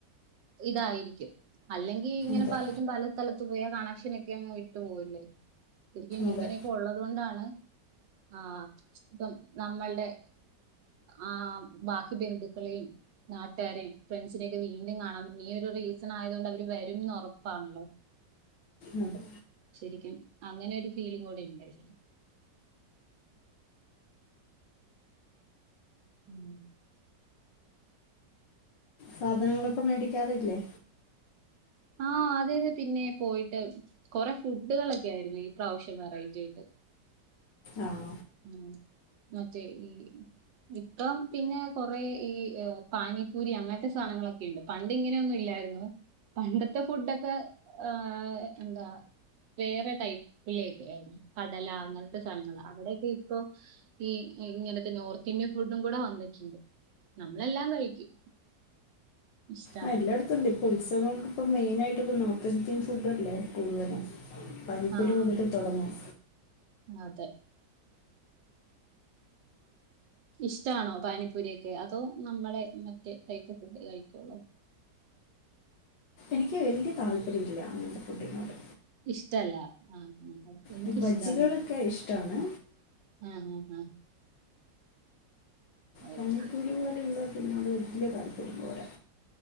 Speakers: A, on the right; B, on the left.
A: ഇതായിരിക്കും. അല്ലെങ്കി ഈ, ഇങ്ങനെ
B: അതെ
A: പലതും പല സ്ഥലത്തു പോയ, കണക്ഷനൊക്കെ അങ്ങു വിട്ടു പോകില്ലേ? ശരിക്കുമിങ്ങനെ
B: അതെ
A: ഇപ്പം ഉള്ളതുകൊണ്ടാണ് ആഹ്, ഇപ്പം. നമ്മളുടെ ആഹ്, ബാക്കി ബന്ധുക്കളെയും നാട്ട് കാരെയും, ഫ്രണ്ട്സി നെയൊക്കെ വീണ്ടും കാണാ, ഈയൊരു റീസണായതു കൊണ്ട് അവര് വരും എ ന്നുറപ്പാണ ല്ലോ?
B: അതെ
A: ശരിക്കും. അങ്ങനെ ഒരു ഫീലിംഗു കൂടി ഉണ്ടായിരിന്നു. ഉം
B: സാധനങ്ങളൊക്കെ മേടിക്കാറില്ലേ?
A: ആഹ്, അതെ, അതെ പിന്നെ പോയിട്ട് കൊറെ ഫുഡു കളൊക്കെ ആയിരുന്നു. ഈ പ്രാവശ്യം വെറൈറ്റിയായിട്ട്.
B: ആഹ്
A: ഉം. മറ്റേ ഈ ഇപ്പം, പിന്നെ, കൊറ ഈ, പാനിപ്പൂരി അങ്ങനത്തെ സാധനങ്ങളൊക്കെ ഉണ്ട്. പണ്ട് ഇങ്ങനെയൊന്നും ഇ ല്ലായിരുന്നു. പണ്ടത്തെ ഫുഡൊക്കെ ആഹ്, എന്താ വേറെ, ടൈപ്പിലൊക്കെ ആയിരുന്നു. കടല, അങ്ങനത്തെ സാധനങ്ങളാ, അവിടെ ഇപ്പോ, ഈ ഇങ്ങനത്തെ നോർത്തിന്ത്യൻ ഫുഡും കൂടെ വന്നിട്ടുണ്ട്. നമ്മളെല്ലാം കഴിക്കും. ഇഷ്ടാണ്
B: ആഹ്, എല്ലായിടത്തു ഉണ്ടിപ്പം. ഉത്സവം ഇപ്പം മെയിനായിട്ടിപ്പ, നോർത്തിന്ത്യൻ ഫുഡ് അല്ലേ, കൂടുതലും. പനിപ്പൂരി
A: ആഹ്,
B: മുതൽ തുടങ്ങും
A: അതെ ഇഷ്ട്ടാ ണോ? പാനിപ്പൂരി യൊക്കെ, അതോ, നമ്മുടെ മറ്റേ ടൈപ്പു ഫുഡു കഴിക്ക ള്ളോ?
B: എനിക്കുവലിയ താല്പര്യമില്ലയങ്ങനത്തെ ഫുഡിനോട്
A: ഇഷ്ടമല്ല, ആഹ്, ആഹ് എനിക്കിഷ്ടാണ്
B: ഈ ബജ്ജികളൊക്കെ ഇഷ്ടമാണ്
A: ആഹ് ഹാ ഹാ
B: പാനിപ്പൂരിപോലുള്ളതിനോടു
A: ഓക്കെ
B: വലിയതാല്പര്യം പോരാ